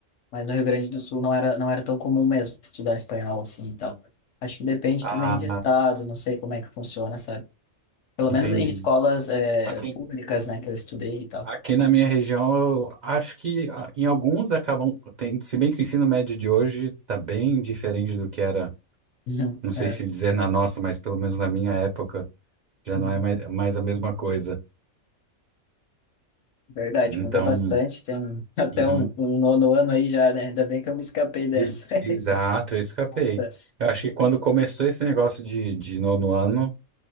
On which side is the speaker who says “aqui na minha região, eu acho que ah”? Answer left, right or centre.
Right